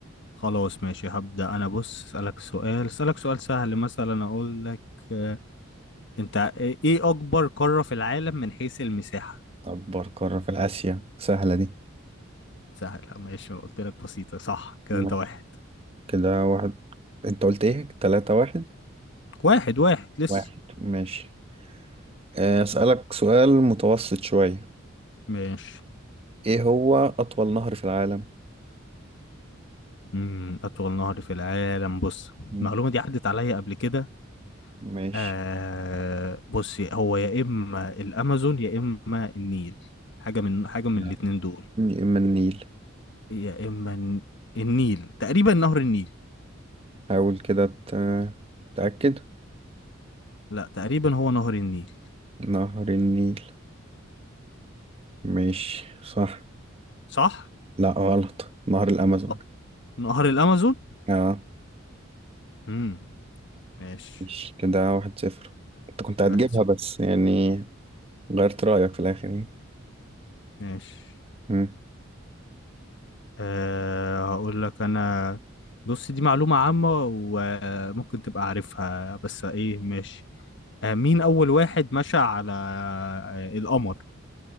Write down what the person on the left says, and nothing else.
خلاص ماشي هبدا انا بص اسالك سؤال اسالك سؤال سهل مثلا اقول لك أه انت ايه اكبر قاره في العالم من حيث المساحه
سهل ماشي انا قلت لك بسيطة صح كده
انت واحد
واحد واحد لسه
ماشي
مم، أطول نهر في العالم بص
المعلومة دي عدت عليا قبل كده
آه بص هو يا إما الأمازون يا إما النيل حاجة من حاجة من
الاتنين دول
يا إما الن- النيل تقريبا نهر النيل
لا تقريبا هو نهر النيل
صح؟
أه، نهر الأمازون
مم. ماشي
واحد صفر
ماشي
أه هقول لك انا بص دي معلومة عامة وممكن تبقى عارفها بس ايه ماشي أه مين اول واحد مشى على آه، القمر